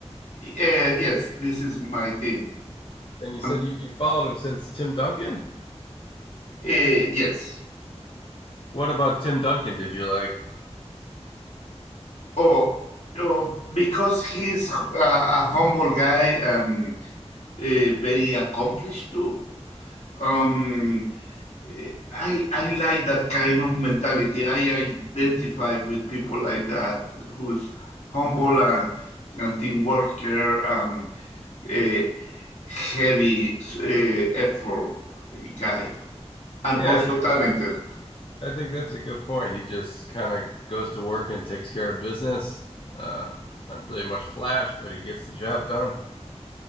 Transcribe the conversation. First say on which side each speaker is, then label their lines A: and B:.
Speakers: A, on the left; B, on the left.
A: Uh, yes, this is my team.
B: And you
A: Um,
B: said you, you followed them since Tim Duncan?
A: eh, yes.
B: What about Tim Duncan did you like?
A: Oh, oh, because he's uh, a humble guy and uh, very accomplished too. Um, eh, I I like that kind of mentality. I identify with people like that who's humble and, and team worker and a heavy uh, effort guy and
B: Yeah,
A: also
B: I think
A: talented.
B: that I think that's a good point. He just kind of goes to work and takes care of business. Uh not really much flash, but he gets the job done.